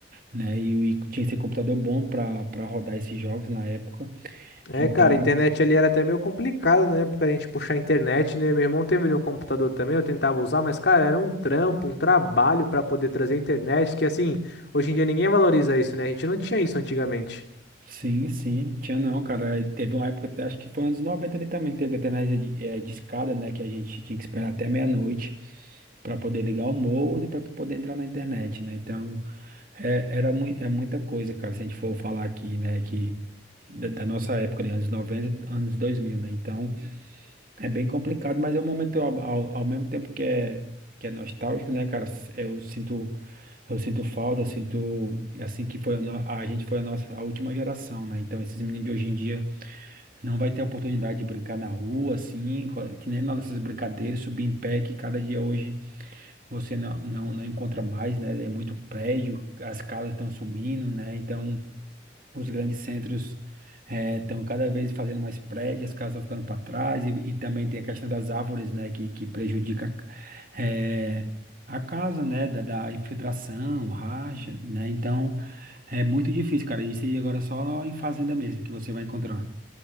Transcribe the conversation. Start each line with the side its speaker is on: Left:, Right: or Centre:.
Right: né? E, o- e tinha que ser computador bom para para rodar esses jogos na época.
Left: É,
Right: Então,
Left: cara, a internet ali era até meio complicado, né? Porque a gente puxar a internet, né? Meu irmão teve ali um computador também, eu tentava usar, mas, cara, era um trampo, um trabalho pra poder trazer a internet, que assim, hoje em dia ninguém valoriza isso, né? A gente não tinha isso antigamente.
Right: sim, sim, tinha não, cara. E Teve uma época, até acho que foi anos 90, ali também, que teve até né, de- eh, discada, né? Que a gente tinha que esperar até meia-noite para poder ligar o modem para poder entrar na internet, né? Então. É, era mui- é muita coisa, cara, se a gente for falar aqui, né, que da, da nossa época, de anos 90, anos 2000, né, então é bem complicado, mas é um momento, ao, ao, ao mesmo tempo que é, que é nostálgico, né, cara, s- eu sinto, eu sinto falta, eu sinto, assim, que foi a, no- a gente foi a nossa, a última geração, né, então esses meninos de hoje em dia não vai ter oportunidade de brincar na rua, assim, co- que nem nas nossas brincadeiras, subir em pé, que cada dia hoje você não, não, não encontra mais, né? É muito prédio, as casas estão sumindo, né? Então, os grandes centros eh, estão cada vez fazendo mais prédios, as casas estão ficando para trás, e, e também tem a questão das árvores, né? Que, que prejudica eh, a casa, né? Da, da infiltração, racha, né? Então, é muito difícil, cara. Isso aí agora é só em fazenda mesmo que você vai encontrar.